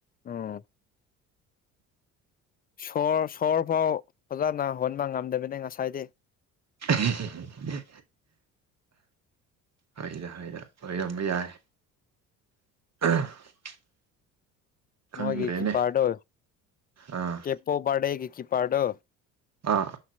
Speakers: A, on the left; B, on the right.
A: ꯎꯝ ꯁꯣꯔ ꯁꯣꯔ ꯐꯥꯎ ꯑꯣꯖꯥꯅ ꯍꯣꯟꯕ ꯉꯝꯗꯕꯅꯦ ꯉꯁꯥꯏꯗꯤ꯫
B: ꯍꯦ ꯍꯦ꯫ ꯍꯣꯏꯗ ꯍꯣꯏꯗ ꯑꯣꯏꯔꯝꯕ ꯌꯥꯏ꯫ <unintelligible> ꯈꯪꯗ꯭ꯔꯦꯅꯦ
A: ꯃꯣꯏꯒꯤ ꯀꯤꯄꯔꯗꯣ
B: ꯑꯥ
A: ꯀꯦꯄꯣꯕꯥꯗꯦꯒꯤ ꯀꯤ ꯄꯔꯗ꯫
B: ꯑꯥ꯫